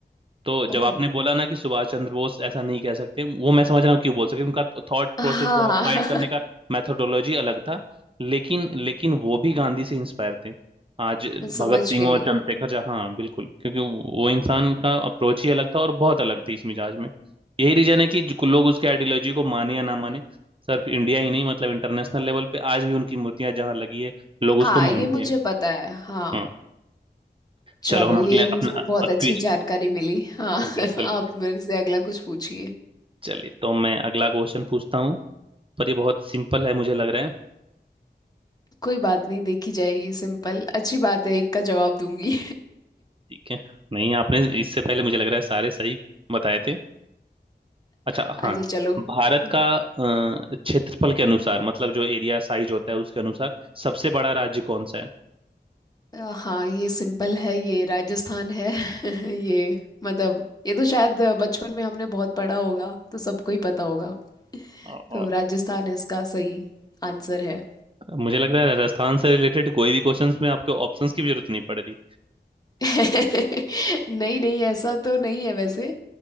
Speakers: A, on the right; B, on the left.
A: तो जब
B: ओ
A: आपने बोला ना कि सुभाष चंद्र बोस ऐसा नहीं कह सकते वो मैं समझ रहा हूँ क्यों बोल सकते उनका थॉट
B: हाँ
A: प्रोसेस या फाइट करने
B: <laughs>
A: का मेथोडोलॉजी अलग था लेकिन लेकिन वो भी गांधी से इंस्पायर थे आज
B: मैं समझ
A: भगत सिंह
B: गई
A: और चंद्रशेखर झा हाँ बिल्कुल क्योंकि वो इंसान का अप्रोच ही अलग था और बहुत अलग थी इस मिजाज में यही रीजन है कि जो लोग उसके आइडियोलॉजी को माने या ना माने सिर्फ इंडिया ही नहीं मतलब इंटरनेशनल लेवल पे आज भी उनकी मूर्तियां जहाँ लगी है लोग उसको
B: हाँ
A: मानते
B: ये मुझे
A: हैं
B: पता है हाँ
A: हाँ
B: चलो
A: चलो हम
B: ये
A: अगले
B: मुझे
A: अपना
B: बहुत
A: क्विज
B: अच्छी जानकारी मिली हाँ
A: बिल्कुल
B: <laughs> आप मेरे से अगला कुछ पूछिए
A: चलिए तो मैं अगला क्वेश्चन पूछता हूँ पर ये बहुत सिंपल है मुझे लग रहा है
B: कोई बात नहीं देखी जाएगी सिंपल अच्छी बात है एक का जवाब दूंगी
A: ठीक है नहीं आपने इससे पहले मुझे लग रहा है सारे सही बताए थे अच्छा
B: <laughs>
A: हाँ
B: आजा चलो हम्म,
A: भारत का अ, क्षेत्रफल के अनुसार मतलब जो एरिया साइज होता है उसके अनुसार सबसे बड़ा राज्य कौन सा है
B: अ, हाँ ये सिंपल है ये राजस्थान है <laughs> ये मतलब ये तो शायद अ, बचपन में हमने बहुत पढ़ा होगा तो सबको ही पता होगा
A: अ-
B: तो राजस्थान इसका सही आंसर है
A: अ, मुझे लग रहा है राजस्थान से रिलेटेड कोई भी क्वेश्चंस में आपको ऑप्शंस की भी जरूरत नहीं पड़ रही
B: <laughs> नहीं नहीं ऐसा तो नहीं है वैसे